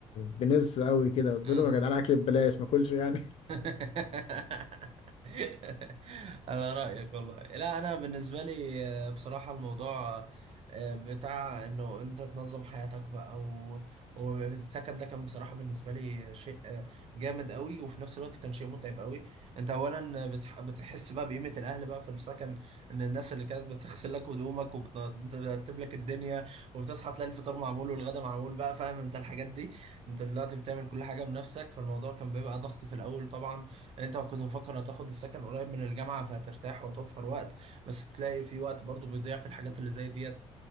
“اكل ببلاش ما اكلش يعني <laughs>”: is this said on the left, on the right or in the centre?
Left